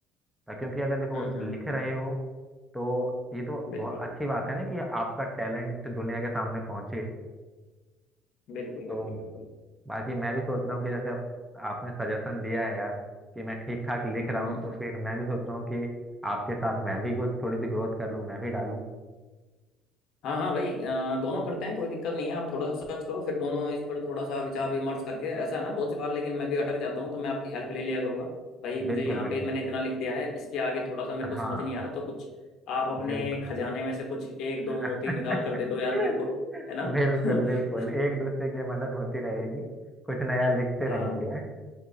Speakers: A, in the centre; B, on the left.
A: ता- क्योंकि अगर देखो
B: हम्म हम्म
A: लिख
B: हम्म
A: रहे हो तो ये तो
B: बिल्कुल
A: बहुत अच्छी बात है ना कि आपका टैलेंट दुनिया के सामने पहुंचे
B: बिल्कुल
A: तो
B: बिल्कुल बिल्कुल
A: बाकी मैं भी सोच रहा हूँ कि जैसे आप, आपने सजेशन दिया है यार कि मैं ठीक ठाक लिख
B: हम्म
A: रहा हूँ
B: हम्म
A: तो फिर मैं भी सोच रहा हूँ कि आपके साथ मैं भी कुछ थोड़ी सी ग्रोथ कर लूँ मैं भी डालूँ
B: हाँ हाँ भाई अ, दोनों करते हैं कोई दिक्कत नहीं है आप थोड़ा सा सर्च करो फिर दोनों इस पर थोड़ा सा विचार विमर्श करके ऐसा है ना बहुत सी बार लेकिन मैं भी अटक जाता हूँ तो मैं आपकी हेल्प ले लिया करूंगा भाई मुझे
A: बिल्कुल
B: यहाँ
A: बिल्कुल
B: पे मैंने इतना लिख दिया है इसके आगे थोड़ा सा मेरे को
A: हाँ
B: समझ नहीं आ रहा तो कुछ आप अपने
A: बिल्कुल
B: खजाने में से कुछ एक दो
A: <laughs>
B: मोती निकाल कर दे दो यार मेरे को
A: बिल्कुल
B: है ना
A: बिल्कुल
B: <laughs>
A: एक दूसरे की मदद होती रहेगी कुछ नया लिखते
B: हाँ
A: रहेंगे